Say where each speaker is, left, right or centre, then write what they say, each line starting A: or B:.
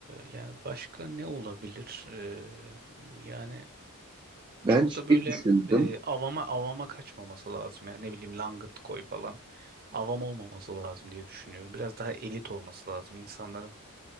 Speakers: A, on the right; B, on the right.
A: yani başka ne olabilir? Ee, yani
B: Ben
A: çok
B: şey
A: da böyle
B: düşündüm.
A: e, avama avama kaçmaması lazım yani ne bileyim langırt koy falan avam olmaması lazım diye düşünüyorum. Biraz daha elit olması lazım insanların